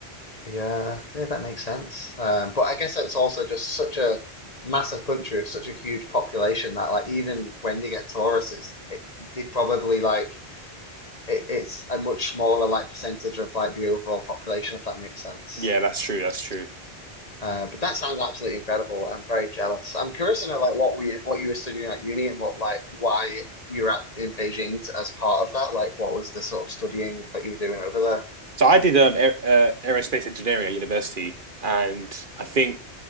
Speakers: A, on the left; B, on the right.
A: Yeah, yeah, that makes sense. Um, but I guess it's also just such a massive country with such a huge population that, like, even when they get tourists, it's, it, they probably like it, it's a much smaller like percentage of like the overall population, if that makes sense.
B: Yeah, that's true. That's true.
A: Uh, but that sounds absolutely incredible. I'm very jealous. I'm curious to know like what we what you were studying at uni and what like why you were at in Beijing as part of that. Like what was the sort of studying that you were doing over there?
B: So I did um aer- uh, aerospace engineering at university, and I think